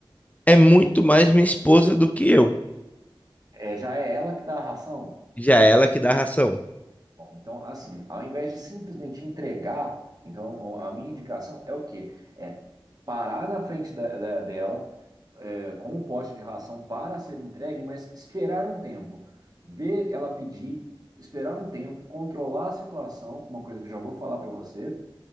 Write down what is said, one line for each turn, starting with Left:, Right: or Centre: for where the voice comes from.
Left: É muito mais minha esposa do que eu.
Right: é, já é ela que dá a ração.
Left: Já é ela que dá ração.
Right: Bom, então, assim, ao invés de simplesmente entregar, então a minha indicação é o quê? É parar na frente da- da- dela é, com o pote de ração para ser entregue, mas esperar um tempo, ver ela pedir, esperar um tempo, controlar a situação, uma coisa que eu já vou falar para você,